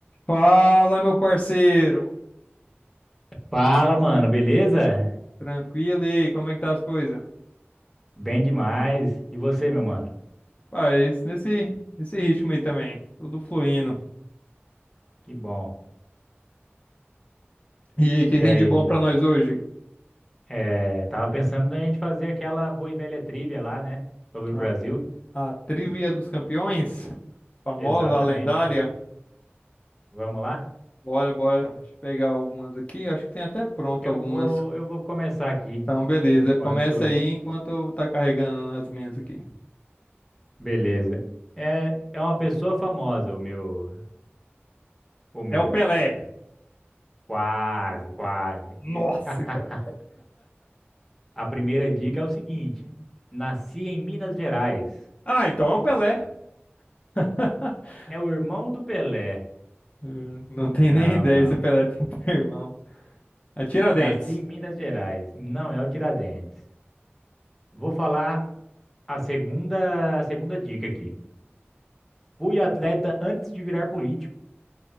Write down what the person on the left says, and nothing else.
Fala, meu parceiro.
Tranquilo, e aí, como é que tá as coisas? Ah
Faz nesse, nesse ritmo aí também, tudo fluindo.
E aí, o que
tem
de bom pra nós hoje?
A,
a Trivia dos Campeões, famosa,
a lendária.
Bora, bora, deixa eu pegar algumas aqui, acho que tem até pronto
algumas.
Então, beleza,
começa aí enquanto eu tá carregando as minhas aqui.
É o Pelé.
Nossa,
cara.
Ah, então é o Pelé. <laughs>
Não, não tem
nem ideia
se o Pelé tem <laughs> irmão. É Tiradentes.